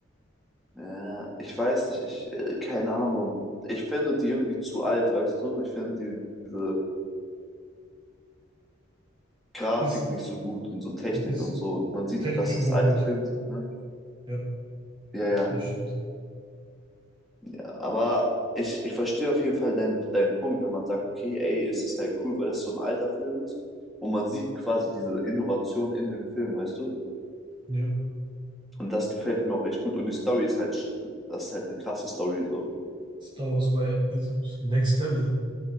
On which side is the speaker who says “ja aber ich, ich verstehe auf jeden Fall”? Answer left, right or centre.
Centre